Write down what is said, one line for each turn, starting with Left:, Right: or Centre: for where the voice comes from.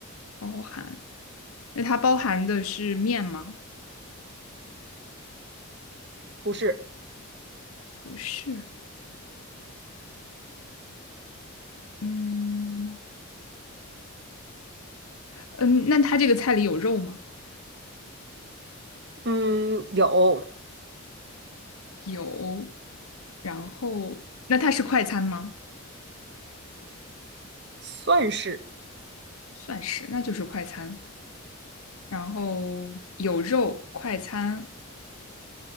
Left: 包含。那它包含的是面吗？
Right: 不是，
Left: 不是。嗯嗯，那它这个菜里有肉吗？
Right: 嗯，有，
Left: 有。然后，那它是快餐吗？
Right: 算是，
Left: 算是，那就是快餐。然后有肉快餐，